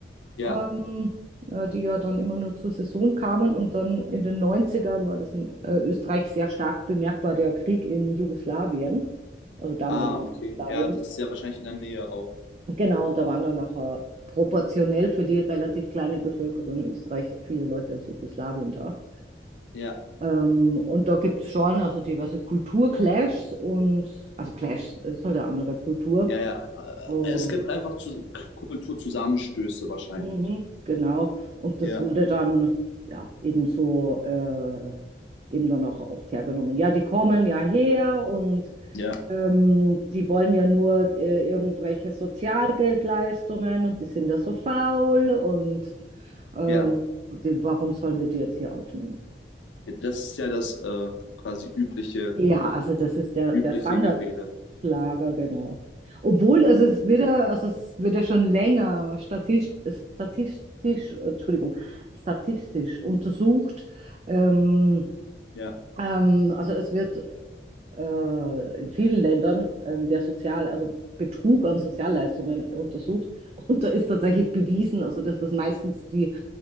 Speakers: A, on the left; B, on the right.
A: ja.
B: ähm, äh, die ja dann immer nur zur Saison kamen. Und dann in den Neunzigern war das in äh, Österreich sehr stark bemerkbar, der Krieg in Jugoslawien, also damaligen
A: Ah, okay.
B: Jugoslawien.
A: Ja, das ist ja wahrscheinlich in der Nähe auch.
B: Genau, und da waren dann nachher proportionell für die relativ kleine Bevölkerung in Österreich viele Leute aus Jugoslawien da.
A: Ja,
B: Ähm, und da gibt es schon also diverse Kulturclashs und, also Clashs, es ist halt eine andere Kultur.
A: ja, ja. Äh,
B: Oh.
A: Es gibt einfach zu, K- Kulturzusammenstöße wahrscheinlich.
B: Mhm, genau. Und
A: Ja,
B: das wurde dann ja eben so äh, eben dann auch oft hergenommen. Ja, die kommen ja her und
A: ja,
B: ähm, die wollen ja nur äh, irgendwelche Sozialgeldleistungen und die sind ja so faul und ähm,
A: ja.
B: die, warum sollen wir die jetzt hier aufnehmen?
A: Das ist ja das äh, quasi übliche,
B: Ja, also das ist der,
A: übliche
B: der Standard.
A: Gerede.
B: Schlager, genau. Obwohl, also es wird ja, also es wird ja schon länger statistisch, statistisch, Entschuldigung, statistisch untersucht. Ähm,
A: Ja.
B: ähm, also es wird äh, in vielen Ländern ähm, der Sozial, also Betrug an Sozialleistungen untersucht. Und da ist tatsächlich bewiesen, also dass das meistens die,